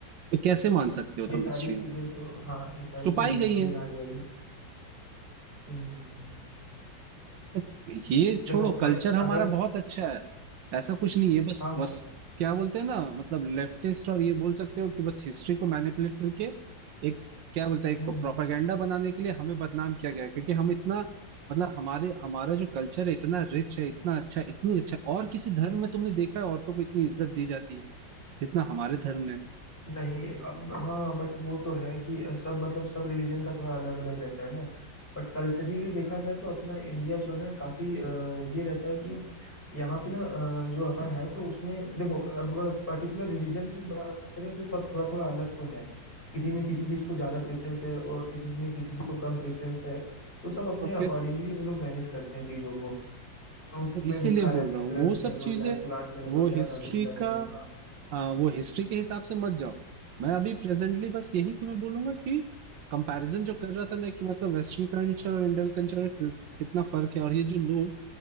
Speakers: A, on the right (about 75°); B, on the left (about 30°).
A: तो कैसे मान सकते हो
B: ये
A: तुम
B: सारी
A: हिस्ट्री
B: चीजें
A: में
B: तो हाँ ये सारी
A: छुपाई
B: तो हिस्ट्री
A: गई है
B: में आ जाएगी हम्म
A: तो ये छोड़ो
B: देखो बट
A: कल्चर हमारा
B: अगर
A: बहुत अच्छा है ऐसा कुछ नहीं है बस
B: हाँ हाँ
A: बस क्या बोलते हैं ना मतलब लेफ्टिस्ट और ये बोल सकते हो कि बस हिस्ट्री को मैनिपुलेट करके एक क्या बोलते हैं एक
B: हम्म हम्म
A: प्रोपागेंडा बनाने के लिए हमें बदनाम किया गया है। क्योंकि हम इतना मतलब हमारे हमारा जो कल्चर है इतना रिच है इतना अच्छा है, इतनी अच्छा और किसी धर्म में तुमने देखा है औरतों को इतनी इज्जत दी जाती है जितना हमारे धर्म में
B: नहीं अब हाँ बट वो तो है कि सब मतलब सब रिलीजन का थोड़ा अलग अलग रहता है ना बट कल्चरली देखा जाए तो अपना इंडिया जो है काफी अ, ये रहता है कि यहाँ पे ना अ, जो अपना है तो उसमें देखो अब पर्टिकुलर रिलीजन की बात करें तो सब थोड़ा थोड़ा अलग तो है किसी में किसी चीज को ज्यादा प्रेफरेंस है और किसी में किसी चीज को कम प्रेफरेंस है तो सब अपने
A: तो
B: अकॉर्डिंगली
A: फिर
B: वो लोग मैनेज करते हैं चीजों को तो उनमें
A: फिर इसीलिए
B: लिखा रहता
A: बोल रहा
B: है
A: हूँ
B: ग्रंथ
A: वो सब
B: कह लो
A: चीजें
B: चाहे कुरान कह लो
A: वो
B: चाहे
A: हिस्ट्री
B: भगवद गीता कह
A: का
B: लो हाँ
A: हाँ वो हिस्ट्री के हिसाब से मत जाओ मैं अभी प्रेजेंटली बस यही तुम्हें बोलूंगा कि कंपैरिजन जो कर रहा था मैं कि मतलब वेस्टर्न कल्चर और इंडियन कल्चर में किल- कितना फर्क है और ये जो लोग